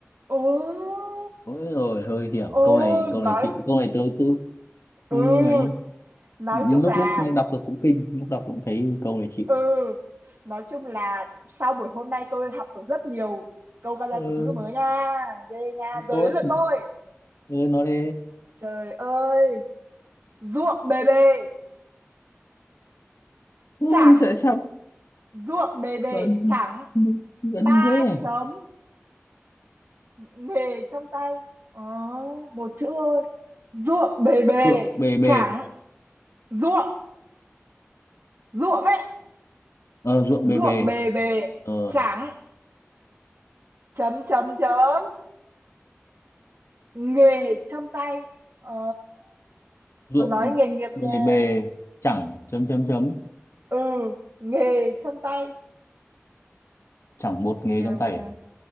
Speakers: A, on the right; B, on the left.
A: ồ
B: Ôi rồi hơi hiểm
A: ồ
B: câu này câu
A: nói
B: này chịu câu này tớ cứ ừ,
A: ừ
B: ấy,
A: nói
B: lúc
A: chung là
B: lúc đọc được cũng kinh lúc đọc cũng thấy câu này chịu
A: ừ nói chung là sau buổi hôm nay tôi học được rất nhiều câu ca dao
B: ừ,
A: tục ngữ mới nha ghê nha giờ
B: tốt
A: đến lượt tôi
B: ừ, nó đi
A: trời ơi ruộng bề bề
B: ui
A: chẳng
B: sợ sao
A: ruộng bề bề
B: gần
A: chẳng
B: gần
A: ba
B: thế
A: chấm nghề trong tay Ồ, một chữ thôi ruộng bề bề
B: ruộng bề bề
A: chẳng ruộng ruộng ấy
B: ờ ruộng
A: ruộng
B: bề bề
A: bề bề
B: ờ
A: chẳng chấm chấm chấm nghề trong tay Ồ,
B: ruộng
A: còn nói nghề nghiệp
B: bề
A: nha
B: bề chẳng chấm chấm chấm
A: ừ nghề trong tay
B: chẳng một nghề
A: kìa
B: trong
A: không
B: tay
A: kìa
B: à?